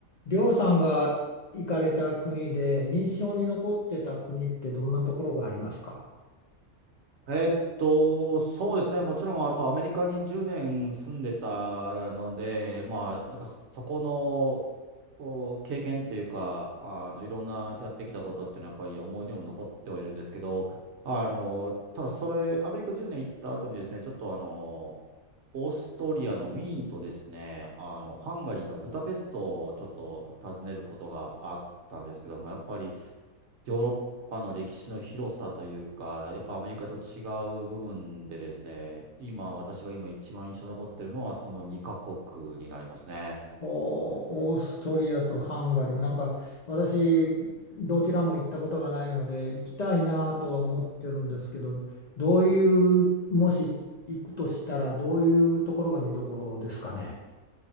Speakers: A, on the left (about 80°); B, on the right (about 60°).
A: りょうさんが行かれた国で印象に残ってた国ってどんなところがありますか
B: えっと、そうですね。もちろん、やっぱアメリカに10年住んでたので、まあ、やっぱそこのお経験っていうか、あの、いろんなやってきたことっていうのは、やっぱり思い出にも残ってはいるんですけど、あの、ただそれ、アメリカ10年行った後にですね、ちょっとあの、オーストリアのウィーンとですね、あの、ハンガリーのブダペストをちょっと訪ねることがあったんですけども、やっぱりヨーロッパの歴史の広さというか、やっぱアメリカと違う部分でですね、今、私が今一番印象に残ってるのは、その2カ国になりますね。
A: ほう、オーストリアとハンガリー。なんか私、どちらも行ったことがないので行きたいなとは思ってるんですけど、どういう、もし行くとしたらどういうところが見どころですかね。